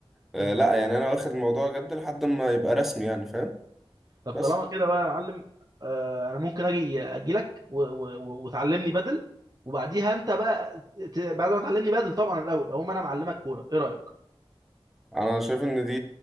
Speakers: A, in the centre; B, on the right.
A: آه،
B: إيه.
A: لا يعني انا واخد الموضوع جد لحد ما يبقى رسمي يعني فاهم
B: طب طالما
A: بس
B: كده بقى يا معلم آه، انا ممكن اجي اجي لك و- و- و- وتعلمني بدل وبعديها انت بقى ت- بعد ما تعلمني بدل طبعا الاول اقوم انا معلمك كوره ايه رايك
A: انا شايف ان دي